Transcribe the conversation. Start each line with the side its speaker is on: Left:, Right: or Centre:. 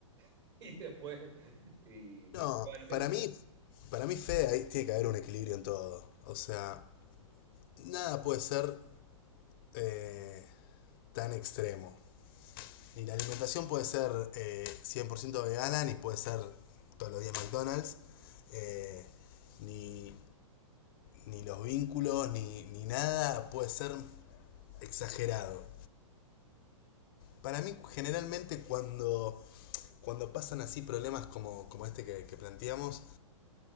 Right: <laughs> y después, y
Left: No,
Right: bueno, qué
Left: para
Right: sé yo.
Left: mí, para mí, Fede, ahí tiene que haber un equilibrio en todo. O sea, nada puede ser eh, tan extremo. Ni la alimentación puede ser eh, 100% vegana, ni puede ser todos los días McDonald's, eh, ni, ni los vínculos, ni, ni nada puede ser exagerado. Para mí, generalmente, cuando, cuando pasan así problemas como, como este que, que planteamos,